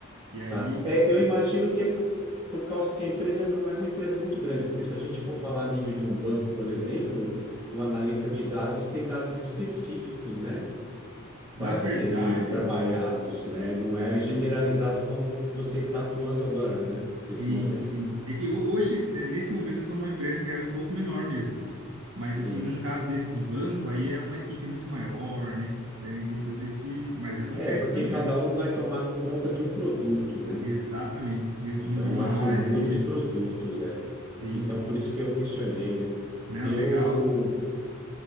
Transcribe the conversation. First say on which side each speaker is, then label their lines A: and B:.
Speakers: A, on the right; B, on the right.
A: E aí,
B: Tá. É, eu imagino que é por, por causa que a empresa não é uma empresa muito grande, porque se a gente for falar a nível de um banco, por exemplo, o analista de dados tem dados específicos, né,
A: na
B: para
A: verdade,
B: serem trabalhados, né?
A: sim.
B: Não é generalizado como você está atuando agora, né,
A: Sim,
B: nesse momento.
A: sim. É que ho- hoje, eh, nesse momento, eu estou numa empresa que ela é um pouco menor mesmo. Mas,
B: Sim.
A: assim, num caso desse de banco, aí é uma equipe muito maior, né? Tem, tem todo esse. Mas acontece
B: É, porque
A: também,
B: cada
A: viu?
B: um vai tomar conta de um produto, né?
A: Exatamente. De,
B: Então,
A: de, um, de uma
B: é,
A: área
B: são muitos
A: ali, né?
B: produtos, é.
A: Sim,
B: Então,
A: sim.
B: por isso que eu questionei, né?
A: Não,
B: Eu
A: legal.